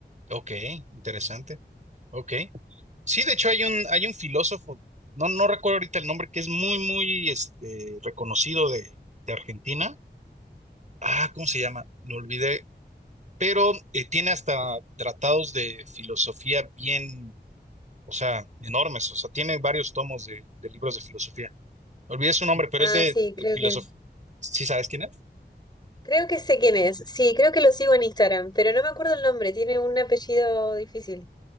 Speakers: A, on the right; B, on the left.
A: Ok, interesante. Ok. Sí, de hecho hay un, hay un filósofo, no, no recuerdo ahorita el nombre, que es muy, muy este, reconocido de, de Argentina. Ah, ¿cómo se llama? Lo olvidé. pero eh, tiene hasta tratados de filosofía bien, o sea, enormes, o sea, tiene varios tomos de, de libros de filosofía. Olvidé su nombre, pero
B: Ah,
A: es de,
B: sí,
A: de
B: creo
A: filosofía.
B: que,
A: ¿Sí sabes quién es?
B: creo que sé quién es. Sí, creo que lo sigo en Instagram, pero no me acuerdo el nombre, tiene un apellido difícil.